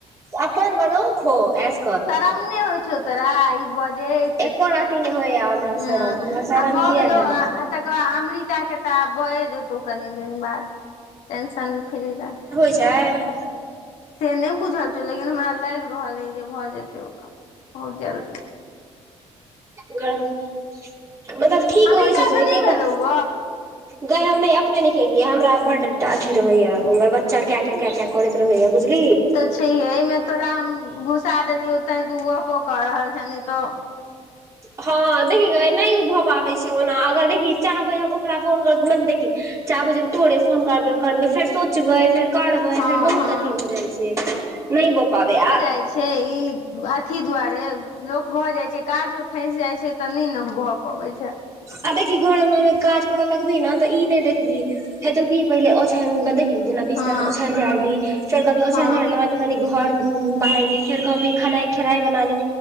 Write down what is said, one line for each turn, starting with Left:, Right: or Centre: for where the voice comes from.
Right: अपन बनो खो एस
Left: शरम नई होय छौ तोरा ई बजेैत
Right: एको रती नहि होइया हमरा
Left: हँ।
Right: शरम हमरा शरम
Left: आब भऽ
Right: किया
Left: गेलौ
Right: हैत
Left: आ तकर बाद अमृता के तऽ आब भए जेतौ कनि दिन बाद। टेंशन फ्री राख।
Right: चैय।
Left: से नै बुझल छौ लेकिन हमरा लाइग रहल अइ जे भऽ जेतै ओकर बहुत जल्दी।
Right: मतलब ठीक
Left: अमृतासँ
Right: होइ छै जे
Left: नहि
Right: के कह
Left: भेलौ गप
Right: गैय हम नै अपने केलियै हमरा बड अथी रहेै या हमर बच्चा के कें कें कें कें करैत रहैया बुझलीही।
Left: छैेहे अइ मे तोरा हम घुसा देलियौ तेै तु गपो कऽ रहल छें नै तऽ।
Right: हँ देखीगे नै भऽ पाबै छै ओना अगर देखी चाहबै ओकरा फोन कर देखी चाहबय जे तोड़े फोन करबै करबै फेर सोचबै फेर करबै
Left: हँ
Right: फेर बहुत
Left: हँ
Right: अथी भ जाइ छैय नहि भऽ पाबैये आ
Left: आ छैय ई अथी दुआरे लोक भऽ जाइ छैय काजमे फँसि जाइ छैय तऽ नहि ने भऽ पबैत छैय।
Right: आ देखि घरमे म काज कर लगबी ने तऽ ई नहि देखबी हेतौ की पहिले ओछान बदैल ली जेना बिस्तर
Left: हँ
Right: ओछान झाइड़ली फेर कहभी ओछान
Left: हँ
Right: झाइड़लेबे त कनि घर बहाइरली फेर कहबी खेनाइ खेनाइ बना ली